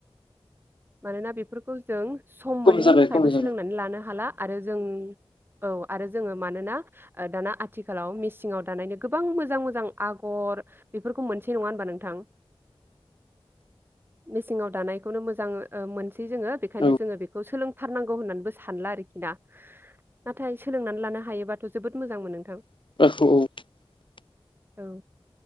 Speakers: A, on the right (about 20°); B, on the left (about 55°).
A: मानोना बेफोरखौ जों सम
B: खम
A: मोनैनि
B: जाबाय
A: थाखायबो
B: खम जाबाय
A: सोलोंनानै लानो हाला आरो जों औ आरो जोङो मानोना दाना आथिखालाव मेसिंङाव दानायनि गोबां मोजां मोजां आगर बेफोरखौ मोनसे नङा होनबा नोंथां मेसिंङाव दानायखौनो मोजां ओ मोनसै जोङो बेखायनो
B: औ
A: जोङो बेखौ सोलोंथारनांगौ होननानैबो सानला आरोखि ना नाथाय सोलोंनानै लानो हायोबाथ' जोबोद मोजां मोनो नोंथां।
B: <unintelligible>
A: औ